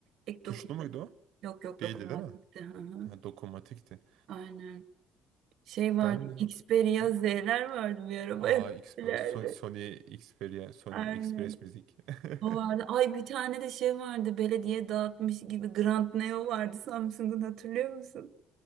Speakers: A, on the right; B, on the right.
A: Ek
B: Tuşlu
A: dokunmatik
B: muydu o?
A: Yok yok
B: Değildi
A: dokunmatik
B: değil mi?
A: gitti. Hı hı.
B: Ha, dokunmatikti.
A: Aynen. Şey vardı.
B: Ben... De,
A: Xperia
B: Hı.
A: Z'ler vardı bir araba
B: aa,
A: yapmışlardı.
B: Xperia, So- Sony Xperia, Sony
A: Aynen.
B: Express Müzik. <laughs>
A: O vardı. Ay bir tane de şey vardı. Belediye dağıtmış gibi Grand Neo vardı Samsung'un hatırlıyor musun?